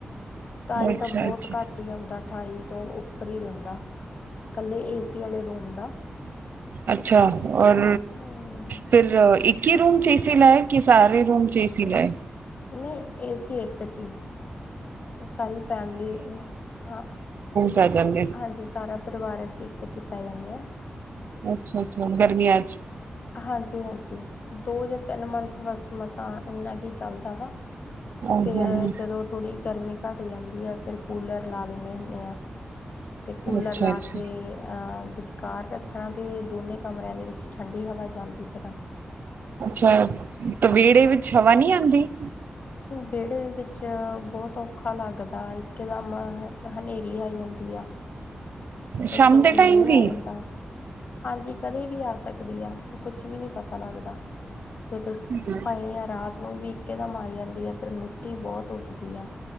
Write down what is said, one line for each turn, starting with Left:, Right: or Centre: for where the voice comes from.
Left: ਸਤਾਈ
Right: ਅੱਛਾ-ਅੱਛਾ,
Left: ਤਾਂ ਬੋਤ ਘੱਟ ਈ ਆਉਂਦਾ ਅਠਾਈ ਤੋਂ ਉੱਪਰ ਈ ਰੈੰਦਾ। ਕੱਲੇ ਏ ਸੀ ਆਲੇ ਰੂਮ ਦਾ।
Right: ਅੱਛਾ ਔਰ,
Left: ਹੂੰ
Right: ਫਿਰ ਇੱਕ ਈ ਚ ਰੂਮ ਚੇਸੀ ਲਾਏ, ਕੇ ਸਾਰੇ ਰੂਮ ਚ ਏਸੀ ਲਾਏ।
Left: ਨਈ ਏਸੀ ਏਕ ਚ ਈ। ਤੇ ਸਾਰੀ ਫੈਮਿਲੀ ਓ ਹਾਂ
Right: ਜਾਈ ਜਾਂਦੇ।
Left: ਹਾਂਜੀ ਸਾਰਾ ਪਰਵਾਰ ਅਸੀਂ ਇੱਕ ਚ ਈ ਪੈ ਜਾਂਣੇ ਆ।
Right: ਅੱਛਾ-ਅੱਛਾ ਗਰਮੀਆਂ ਚ
Left: ਹਾਂਜੀ-ਹਾਂਜੀ, ਦੋ ਜਾਂ ਤਿੰਨ ਮੰਥ ਬਸ ਮਸਾਂ ਇੰਨਾ ਕੀ ਚੱਲਦਾ ਵਾ।
Right: ਆਹੋ
Left: ਫੇਰ ਜਦੋਂ ਥੋੜ੍ਹੀ ਗਰਮੀ ਘੱਟ ਜਾਂਦੀ ਐ ਫੇਿਰ ਕੂਲਰ ਲਾ ਲੈਂਣੇ ਹੁਣੇ ਆ। ਤੇ ਕੂਲਰ
Right: ਅੱਛਾ
Left: ਲਾ
Right: ਅੱਛਾ
Left: ਕੇ ਅਹ, ਵਿਚਕਾਰ ਰੱਖਣਾ ਤੇ ਦੋਨੇ ਕਮਰਿਆਂ ਦੇ ਵਿੱਚ ਠੰਡ ਡੀ ਹਵਾ ਚੱਲਦੀ ਫਿਰ।
Right: ਅੱਛਾ, ਤੇ ਵੇੜੇ ਵਿੱਚ ਹਵਾ ਨੀ ਆਂਦੀ।
Left: ਵੇੜੇ ਦੇ ਵਿੱਚ ਬੋਹਤ ਔਖਾ ਲੱਗਦਾ, ਇੱਕਦਮ ਹਨੇਰੀ ਆ ਜਾਂਦੀ ਆ।
Right: ਸ਼ਾਮ
Left: ਇੱਕ ਇਹ ਦਾ
Right: ਦੇ
Left: ਮੀਂਹ
Right: ਟਾਈਮ ਵੀ
Left: ਆ ਜਾਂਦਾ। ਹਾਂਜੀ ਕਦੇ ਵੀ ਆ ਸਕਦੀ ਆ, ਓ ਕੁਛ ਵੀ ਨੀ ਪਤਾ ਲੱਗਦਾ ਜਦੋ
Right: ਹਾਂ
Left: ਰਾਤ ਨੂੰ ਵੀ ਇੱਕਦਮ ਆ਼ ਜਾਂਦੀ ਐ ਫੇਿਰ ਮਿੱਟੀ ਬੋਤ ਉੱਡਦੀ ਆ,